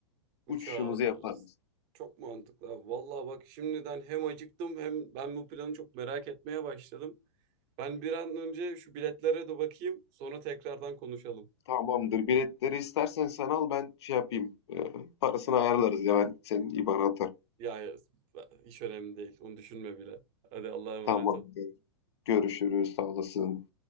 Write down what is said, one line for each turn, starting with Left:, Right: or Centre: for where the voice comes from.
Right: Uçağa
Left: Uçuşumuzu
Right: atlarız.
Left: yaparız.
Right: Çok mantıklı abi. Vallahi bak şimdiden hem acıktım hem ben bu planı çok merak etmeye başladım. Ben bir an önce şu biletlere de bakayım. Sonra tekrardan konuşalım.
Left: Tamamdır. Biletleri istersen sen al ben şey yapayım. Ee, parasını ayarlarız ya ben senin IBAN'a atarım.
Right: Ya ya, hiç önemli değil. Onu düşünme bile. Hadi Allah'a emanet
Left: Tamamdır.
Right: ol.
Left: Görüşürüz. Sağ olasın.